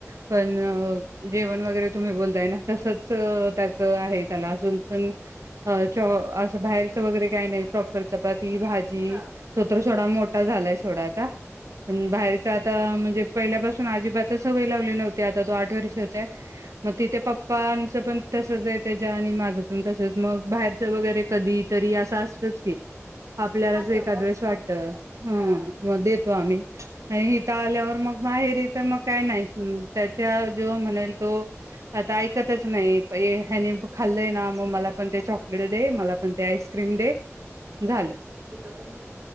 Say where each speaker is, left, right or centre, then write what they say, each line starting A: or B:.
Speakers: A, on the right (about 85°); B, on the right (about 40°).
A: पण अ जेवण वगैरे तुम्ही बोलताय ना तसच अ त्याच आहे त्याला अजून पण अ चॉ अस बाहेरच वगैरे काय नाही. प्रॉपर चपाती, भाजी ई
B: हां
A: तो तर सोडा मोठा झालाइस. थोड आता पण बाहेरच आता आ म्हणजे पहिल्यापासून अजिबातच सवय लावली नव्हती. आता तो आठ वर्षाचाय मग तिथे पप्पांचं
B: हां
A: पण तसये त्याच्या आणि माझं पण तसच मग बाहेरच वगैरे कधी तरी असं असतंच की आ आपल्यालाज
B: हां, तेवढं
A: एखाद वेळेस
B: असतं
A: वाटत
B: असं
A: ह
B: हां
A: म देतो आम्ही. नाही इथं आल्यावर मग माहेरी तर मग काय नाही. त्याच्या जो म्हणेल तो आता ऐकतच नाही. ए पै ह्यानी खाल्लय ना म मला पण ते चॉकलेट दे. मला पण ते आईस क्रीम दे झालं.
B: कुठ पण